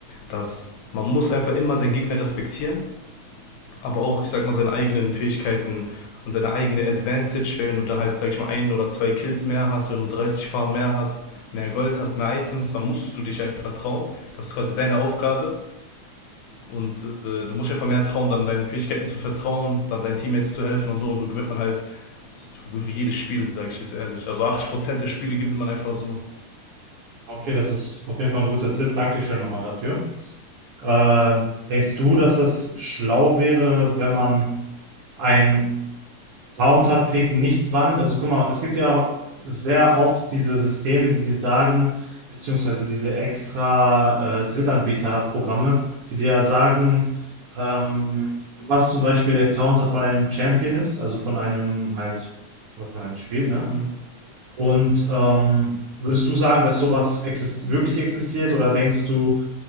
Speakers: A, on the left; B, on the right.
A: dass man muss einfach immer seinen Gegner respektieren aber auch, ich sag mal, seine eigenen Fähigkeiten und seine eigene Advantage, wenn du da halt, sag ich mal, ein oder zwei Kills mehr hast, wenn du 30 Farben mehr hast, mehr Gold hast, mehr Items, dann musst du dich einfach trauen. Das ist quasi deine Aufgabe. Und äh, du musst einfach mehr trauen, dann deinen Fähigkeiten zu vertrauen, dann deinen Teammates zu helfen und so. Und so gewinnt man halt so gut wie jedes Spiel, sage ich jetzt ehrlich. Also 80% der Spiele gewinnt man einfach so.
B: Okay, das ist auf jeden Fall ein guter Tipp. Dankeschön nochmal dafür. Äh, denkst du, dass das schlau wäre, wenn man einen Counterpick nicht wahrnimmt? Also guck mal, es gibt ja sehr oft diese Systeme, die dir sagen, beziehungsweise diese extra äh, Drittanbieterprogramme, die dir ja sagen, ähm, was zum Beispiel der Counter von einem Champion ist, also von einem halt, was man halt spielt, ne?
A: Mhm.
B: Und ähm, würdest du sagen, dass sowas exist wirklich existiert oder denkst du,